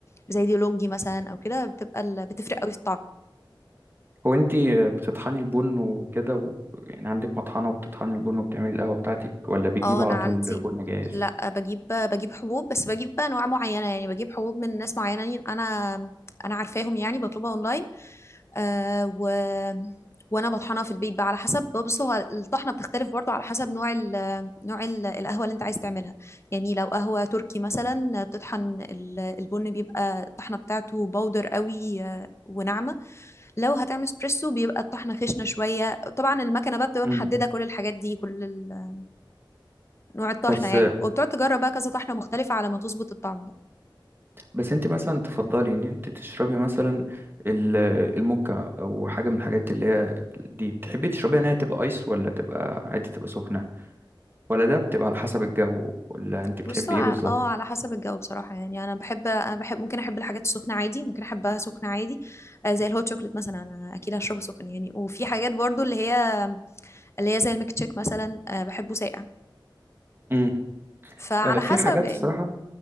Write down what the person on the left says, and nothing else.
زي دي لونجي مثلا او كده بتبقى ال- بتفرق قوي في الطعم
اه انا
عندي
لا بجيب بجيب حبوب بس بجيب بقى انواع معينه يعني بجيب حبوب من ناس معينه انا انا عارفاهم يعني بطلبها اونلاين آه و... وانا بطحنها في البيت بقى على حسب بص هو الطحنه بتختلف برضو على حسب نوع ال... نوع ال... القهوه اللي انت عايز تعملها يعني لو قهوه تركي مثلا بتطحن ال- البن بيبقى الطحنه بتاعته باودر قوي آه، وناعمه لو هتعمل اسبريسو بيبقى الطحنه خشنه شويه طبعا المكنه بقى بتبقى
محدده كل الحاجات دي كل ال- نوع الطحنه
يعني وبتقعد تجرب بقى كذا طحنه مختلفه على ما تظبط الطعم
بص هو
ع-
اه على حسب الجو بصراحة يعني أنا بحب أنا بحب ممكن أحب الحاجات السخنة عادي ممكن أحبها سخنة عادي آه، زي الهوت شوكليت مثلا أنا أكيد هشربه سخن يعني وفي حاجات برضو اللي هي اللي هي زي الميك تشيك مثلا آه، بحبه ساقع
فعلى
حسب
يعني